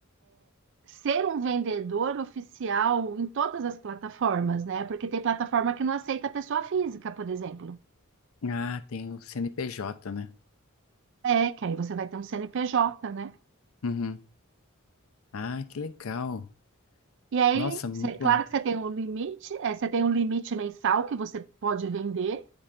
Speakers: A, on the right (about 60°); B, on the left (about 90°).
A: ser um vendedor oficial em todas as plataformas, né? Porque tem plataforma que não aceita pessoa física, por exemplo.
B: Ah, tem o CNPJ, né?
A: É, que aí você vai ter um CNPJ, né?
B: Uhum. Ah, que legal.
A: E aí,
B: Nossa, muito
A: cê-
B: bom.
A: claro que você tem um limite, é, você tem um limite mensal que você pode vender,